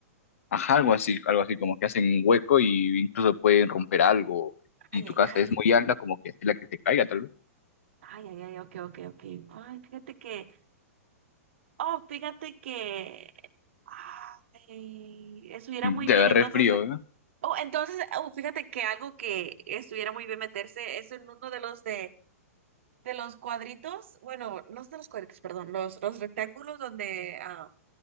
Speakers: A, on the left; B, on the right.
A: Ajá, algo así, algo así, como que hacen un hueco y incluso pueden romper algo. Y
B: Ay,
A: tu
B: ay,
A: casa
B: ay.
A: es muy alta, como que es la que se caiga, tal vez.
B: Ay, ay, ay, ok, ok, ok. Ay, fíjate que, oh, fíjate que, ay, estuviera
A: Mm,
B: muy
A: Te
B: bien,
A: agarré
B: entonces,
A: frío, ¿verdad?
B: oh, entonces, oh, fíjate que algo que estuviera muy bien meterse es en uno de los de de los cuadritos, bueno, no de los cuadritos, perdón, los, los rectángulos donde, ah,